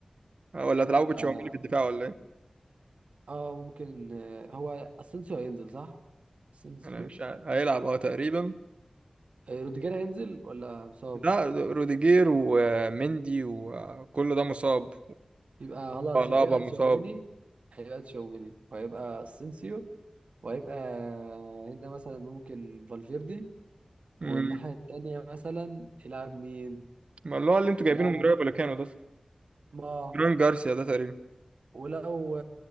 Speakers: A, on the right (about 65°); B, on the right (about 80°).
A: اه، ولا هتلعبوا
B: ف-
A: بتشاوميني في الدفاع ولا ايه؟
B: اه ممكن آه، هو اسينسيو هينزل صح؟ اسينسيو
A: انا مش عارف هيلعب اه تقريبا
B: آه، روديجير هينزل ولا مصاب؟
A: لا روديجير ومندي وكل ده مصاب
B: يبقى خلاص
A: وألابا
B: يبقى هيبقى
A: مصاب
B: تشاوميني هيبقى تشاوميني وهيبقى اسينسيو وهيبقى هنا مثلا ممكن فالفيردي
A: امم
B: والناحية التانية مثلا يلعب مين؟
A: ما اللي هو اللي انتوا
B: يلعب
A: جايبينه من رايو فاليكانو ده
B: ما
A: فران جارسيا ده تقريبا
B: ولو